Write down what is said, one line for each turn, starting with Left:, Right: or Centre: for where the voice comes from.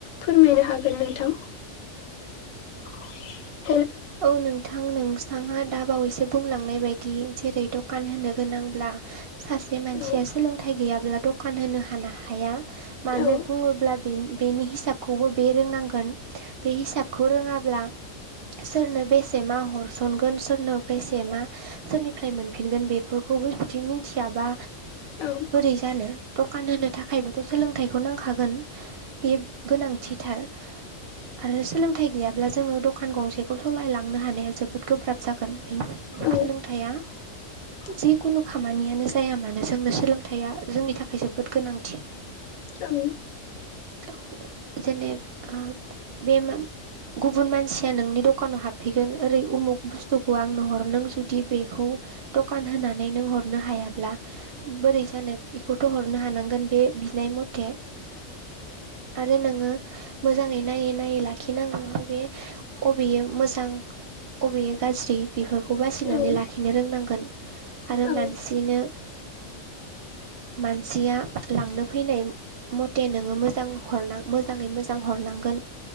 Left: फोरमायनो हागोन नोंथां <unintelligible>
Right: औ नोंथां नोंस थाङा दा बावैसो बुंलांनाय बायदि जेरै दकान होनो गोनांब्ला सासे मानसिया
Left: औ
Right: सोलोंथाइ गैयाब्ला दकान होनो हाना हाया। मानो
Left: औ
Right: बुङोब्ला बेन- बेनि हिसाबखौबो बे रोंनांगोन। बे हिसाबखौ रोङाब्ला सोरनो बेसे मा हरसनगोन सोरनो बेसे मा सोरनिफ्राय मोनफिनगोन बे फोरखौबो बिदि मिनथियाबा
Left: औ
Right: बोरै जानो। <unintelligible> कान होनो थाखायबोथ' सोलोंथाइखौ नांखागोन बे गोनांथिथार आरो सोलोंथाइ गैयाब्ला जोङो दखान गंसेखौ सालायलांनो हानाया जोबोद गोब्राब जाग गोन बेनि <unintelligible>
Left: औ
Right: सोलोंथाइया
Left: <unintelligible>
Right: जिखुनु खामानियानो जाया मानो जोंनो सोलोंथायाइया जोंनि थाखाय जोबोद गोनांथि।
Left: ओं
Right: औ जेने ओ बे मा गुबुन मानसि या नोंनि दकानाव हाबफैगोन ओरै उमुक बुस्थुखौ आंनो हर नों जुदि बेखौ दकान होन नानै नों हरनो हाया ब्ला बोरै जानो इखौथ' हरनो हानांगोन बे बिनाय मथे आरो नोङो मोजाङै नायै नायै लाखिनांगौ बे अबेयो मोजां अबेयो गाज्रि बेफोरखौ बासिनानै
Left: औ
Right: लाखिनो रोंनांगोन। आरो
Left: औ
Right: मानसिनो मानसिया लांनो फैनाय मथे नोङो मोजां हरना मोजाङै मोजां हरनांगोन